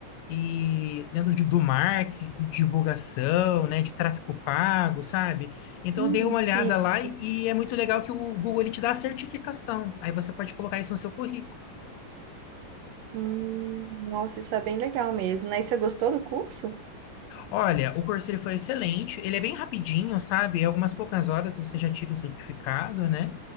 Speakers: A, on the left (about 75°); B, on the right (about 70°).
A: E dentro de, do marketing, de divulgação, né? De tráfego pago, sabe? Então
B: Hum,
A: eu dei uma olhada
B: Sim,
A: lá
B: sim.
A: e, e é muito legal que o Google ele te dá a certificação. Aí você pode colocar isso no seu currículo.
B: Hum, nossa, isso é bem legal mesmo, né? E você gostou do curso?
A: Olha, o curso ele foi excelente, ele é bem rapidinho, sabe? Em algumas poucas horas você já tira o certificado, né?